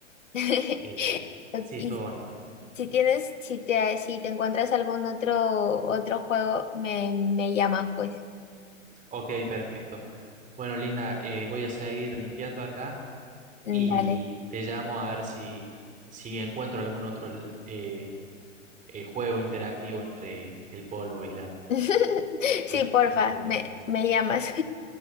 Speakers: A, on the left (about 70°); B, on the right (about 20°).
A: <laughs>
B: Eh, sí,
A: Y
B: estuvo bonito.
A: si tienes, si te, si te encuentras algún otro, otro juego, me, me llamas, pues.
B: Ok, perfecto. Bueno, Linda, eh, voy a seguir limpiando acá
A: Dale.
B: y te llamo a ver si, si encuentro algún otro eh, eh, juego interactivo entre el polvo y la,
A: <laughs> Sí,
B: las
A: porfa,
B: la mugre.
A: me, me llamas.